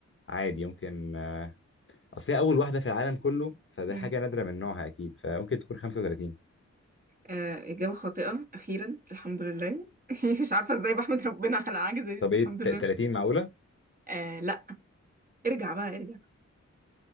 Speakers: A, on the left (about 45°); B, on the right (about 30°).
A: عادي يمكن آه، اصل هي اول واحدة في العالم كله فده
B: مم.
A: حاجة نادرة من نوعها اكيد فممكن تكون 35
B: آه إجابة خاطئة أخيرا الحمد لله <laughs> مش عارفة ازاي بحمد ربنا على حاجة زي دي بس
A: طب
B: الحمد
A: ايه
B: لله
A: ت- 30 معقولة
B: آه لا ارجع بقى ارجع